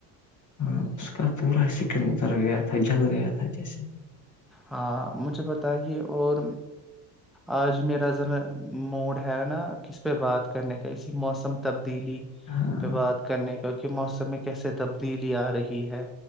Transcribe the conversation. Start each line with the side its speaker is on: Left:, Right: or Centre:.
Left: ہاں اس کا پورا سکن اتر گیا تھا
Centre: ہوں
Left: جل گیا تھا جیسے
Centre: ہاں مجھے بتائیے اور آج میرا ذرا موڈ ہے نا کس پہ بات کرنے کا اسسی موسم تبدیلی
Left: ہاں
Centre: پہ بات کرنے کیکہ موسم میں کیسے تبدیلی آ رہی ہے